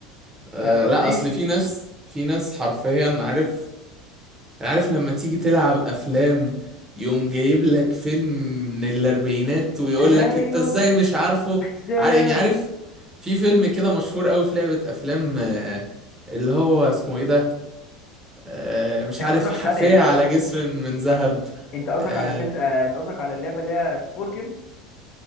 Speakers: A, on the right; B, on the left.
A: آه،
B: فاهم قصدي
A: لا اصل في ناس في ناس حرفيا عارف عارف لما تيجي تلعب افلام يقوم جايب لك فيلم من الاربعينات ويقول
B: ايوه
A: لك انت ازاي مش عارفه
B: ازاي
A: عار- يعني عارف في فيلم كده مشهور قوي في لعبة افلام آه، اللي هو اسمه ايه ده آه، مش
B: انت
A: عارف
B: قصدك
A: حافية
B: ثانيه انت
A: على
B: قصدك
A: جسر من ذهب
B: انت قصدك
A: آه،
B: على فيلم آه، انت قصدك على اللعبه اللي هي سبوركل